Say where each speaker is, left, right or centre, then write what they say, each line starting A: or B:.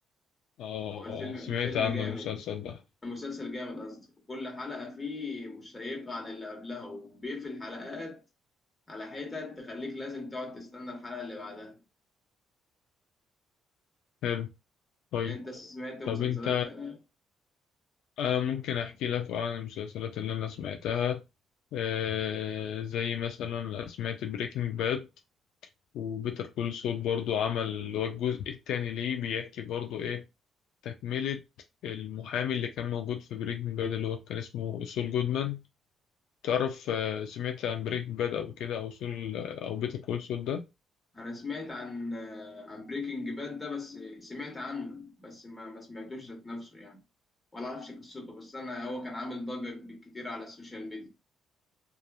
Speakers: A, on the left; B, on the left.
A: آه
B: هو الفيلم الفيلم
A: سمعت عنه
B: فيلم جامد
A: المسلسل
B: جامد
A: ده
B: المسلسل جامد قصدي وكل حلقة فيه مشيقة عن اللي قبلها وبيقفل حلقات على حتة تخليك لازم تقعد تستنى الحلقة اللي بعدها
A: حلو طيب
B: انت سمعت مسلسلات
A: طب أنت
B: تانية
A: آه ممكن أحكي لك عن المسلسلات اللي أنا سمعتها آه زي مثلا أنا سمعت بريكنج باد وبيتر كول سول برضو عمل اللي هو الجزء التاني ليه بيحكي برضو إيه تكملة المحامي اللي كان موجود في بريكنج باد اللي هو كان اسمه سول جودمان تعرف آه سمعت عن بريكنج باد أو كده أو سول أو بيتر كول سول ده
B: انا سمعت عن آه، عن بريكنج باد ده بس سمعت عنه بس ما ما سمعتوش ذات نفسه يعني ولا اعرفش قصته بس انا هو كان عامل ضجة بالكتير على السوشيال ميديا